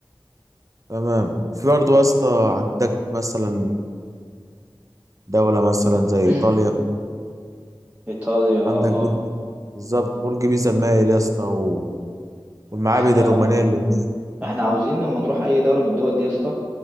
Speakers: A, on the right; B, on the right.
A: تمام في برضه يا اسطى عندك مثلا دولة مثلا زي ايطاليا
B: <clears throat> ايطاليا
A: عندك
B: اه
A: برج بالظبط برج بيزا المائل يا اسطى و- والمعابد
B: احنا
A: الرومانية اللي هناك
B: احنا عاوزين لما نروح اي دوله من الدول دي يا اسطى